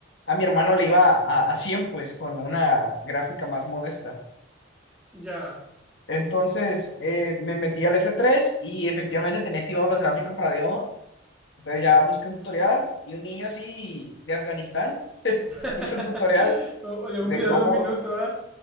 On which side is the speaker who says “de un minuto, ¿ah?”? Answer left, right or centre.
Centre